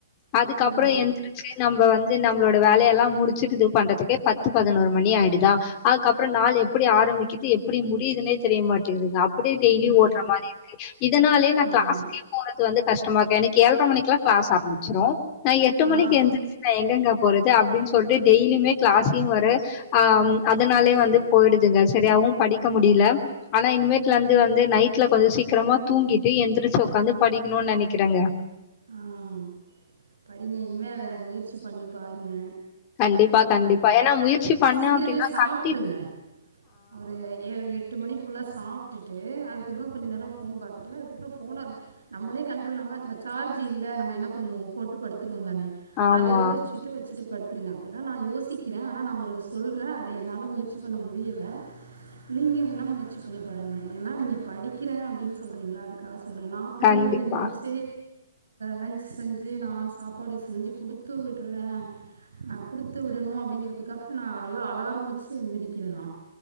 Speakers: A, on the left (about 30°); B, on the right (about 65°).
A: அதுக்கப்பறோ
B: அப்படி தான்
A: எந்திரச்சு நம்ம வந்து நம்மளோட வேலையெல்லா முடிச்சுட்டு இது பண்றதுக்கே பத்து பதினோரு
B: ம்
A: மணி ஆயுடுதா அதுகப்பற நாள் எப்டி ஆரம்பிக்குது எப்டி முடியுதுன்னே தெரிய மாட்டேங்குதுங்க அப் ப்டி டெய்லி
B: ம்
A: ஓடுற மாரி இருக்கு இதனாலே நா
B: ஆமா
A: கிளாஸ்கே போறது வந்து கஷ்டமாக்கு எனக்கு ஏழ்ர மணிக்கெல்லா கிளாஸ் ஆரம்பிச்சிடு நா எட்டு மணிக்கு
B: ஆ
A: எந்துச் நா எங்கெங்க போறது அப்டின்னு சொல்ட்டு டெய்லியுமே கிளாஸ்யு வர ஆ அதனாலே
B: சரி சரி
A: வந்து போயிடுதுங்க சரியாவு படிக்க முடியல
B: ஆ
A: ஆனா இனிமேட் லந்து வந்து நைட்ல கொஞ்ச சீக்ரமா தூங்கிட்டு எந்திரிச் ஒக்காந்து படிக்குணுன் நெனக்றங்க
B: ம் படிங்க இனிமே அத முயற்சி பண்ணி பாருங்க
A: கண்டிபா
B: ஆ
A: கண்டிபா ஏன்னா முயற்சி பண்ண
B: சீக்கிரமே
A: அப்டின்னா
B: சாப்ட்ருங்க
A: கண்டிப்
B: ஒரு ஏழு எட் ட்டு மணிக்குள்ளே சாப்டுட்டு அதுக்கப்பறோ கொஞ்ச நேர போன் பாத்துட்டு அதுக்கப்றோ போன நம்மளே கண்ட்ரோல்லாம சார்ஜ் இல்ல நம்ம என்ன பண்ணுவோ போட்டு படுத்துருவோ தானே
A: ஆமா
B: அத யோசிச் த்து வச்சிட்டு படுத்துருங்க அப்டிதா நா யோசிக்கிறே ஆனா நா உங்களுக்கு சொல்றே அத என்னால முயற்சி பண்ண முடியல நீங்க வேண்ணா முயற்சி பண்ணி பாருங்க ஏன்னா நீங்க படிக்கிறே அப்டின்னு சொல்றீங்களா அதுக்காக சொல்றே நா புள்ளைங்கள
A: கண்டிப்பா
B: எந்திரிச்சி லன்ச் செஞ்சு நா சாப்பாடு செஞ்சு குடுத்து விட்றே அ கொடுத்து விடணு அப்படிங்கறிதுக்காக நா நல்லா அலார வச்சு எந்திரக்கிறே நா